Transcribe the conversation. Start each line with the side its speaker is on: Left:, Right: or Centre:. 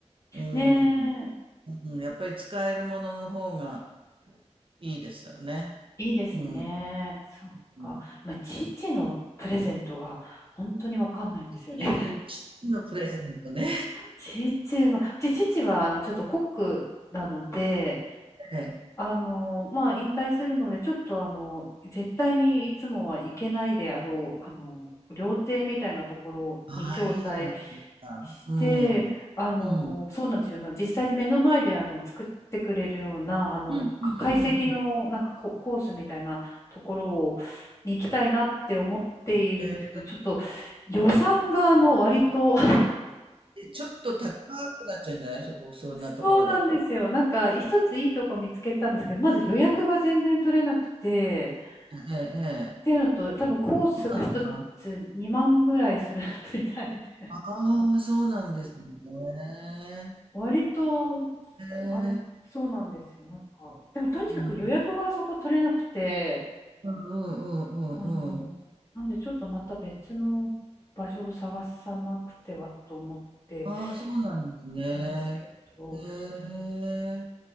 Right: うん。
Left: ねえ、
Right: うん、やっぱり使えるものの方がいいですよね。
Left: いいですね。
Right: うん。
Left: そっか。
Right: うん。
Left: まあ、父のプレゼントが本当にわかんないんですよね。
Right: いい父のプレゼントね。
Left: 父は、ち父は、あの、ちょっとコックなので、
Right: <laughs> ええ。
Left: あの、まあ、引退するので、ちょっと、あの、絶対にいつもは行けないであろう、あの、料亭みたいなところに招待
Right: ああ、いいじゃないですか。
Left: して、
Right: うん。うん。
Left: あの、
Right: うん
Left: そうなんですよね。実際に目の前で、あの、作ってくれるような、あの、
Right: うんうんうん。
Left: か懐石の、なんかコ、コースみたいなところを、に行きたいなって思っているんですけど、
Right: え。
Left: ちょっと、予算が、あの、割と、
Right: え、ちょっと高くなっちゃうんじゃない？そこ、そんなところだと。
Left: そうなんですよ。なんか、一ついいとこ見つけたんですけど、まず予約が全然取れなくて、
Right: ええ
Left: っていうのと、
Right: ええ。
Left: 多分コースが一つ2万ぐらいする
Right: そうなんだ。
Left: <laughs> みたいで、
Right: ああ、そうなんですね。
Left: 割と、
Right: ええ。
Left: あれ、そうなんですよ。なんか、でもとにかく予約がそこ取れなくて、
Right: うん。うんうんうんうんうん。
Left: あの、なんでちょっとまた別の場所を探さなくてはと思って
Right: ああ、そうなんですね。
Left: いるんですけど、
Right: へえ。